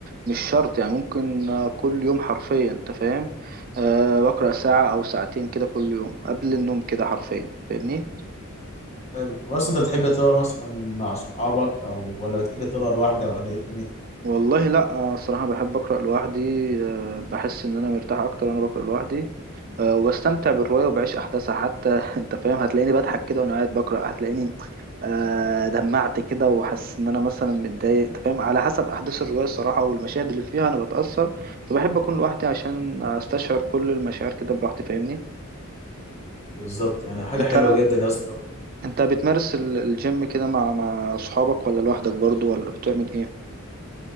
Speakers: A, on the right; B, on the left.
A: مش شرط يعني ممكن آه، كل يوم حرفيا انت فاهم أه بقرا ساعه او ساعتين كده كل يوم قبل النوم كده حرفيا فاهمني
B: حلو طب أصلا أنت بتحب تقرا مثلا مع صحابك أو ولا بتحب تقرا لوحدك ولا إيه الدنيا؟
A: والله لا آه، الصراحة بحب أقرأ لوحدي آه، بحس إن أنا مرتاح أكتر وأنا بقرأ لوحدي آه، وبستمتع بالرواية وبعيش أحداثها حتى <laughs> أنت فاهم هتلاقيني بضحك كده وأنا قاعد بقرأ هتلاقيني آه، دمعت كده وحاسس إن أنا مثلا متضايق أنت فاهم على حسب أحداث الرواية الصراحة والمشاهد اللي فيها أنا بتأثر فبحب أكون لوحدي عشان أستشعر كل المشاعر كده براحتي فاهمني
B: بالظبط يعني حاجة
A: أنت
B: حلوة جدا يا اسطى
A: أنت بتمارس ال- الجيم كده مع مع أصحابك ولا لوحدك برضو ولا بتعمل إيه؟